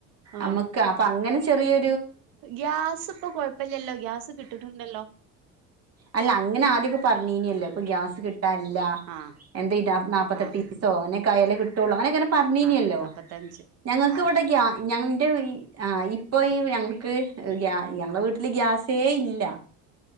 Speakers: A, on the right; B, on the right.
A: ആഹ്
B: അമ്മക് അ പ അങ്ങനെ ചെറിയെ
A: ഗ്യാസ് ഇപ്പൊ കൊഴപ്പല്ലല്ലോ ഗ്യാസ് കിട്ടിട്ടുണ്ടല്ലോ
B: അല്ല അങ്ങനെ ആദ്യൊക്കെ പറഞ്ഞീനല്ലോപ്പൊ ഗ്യാസ് കി അ ല്ല
A: ആഹ്
B: എന്തേയ്‌ <inaudible> നാല്പ്പത്തെട്ട്
A: ആഹ്
B: ഈസോെ കയല കിട്ടൊള്ള അങ്ങനെങ്ങനെ പറഞ്ഞീനല്ലോ
A: ആഹ് നാപ്പത്തഞ്ച്
B: ഞങ്ങക്ക്
A: ആഹ്
B: ഇവിഡെഖ്യ ന <unintelligible> ആ ഇപ്പൊ ഈ ഞങ്ങക്ക് ഗ്യ ഞങ്ങളെ വീട്ടില് ഗ്യാസേ ഇല്ല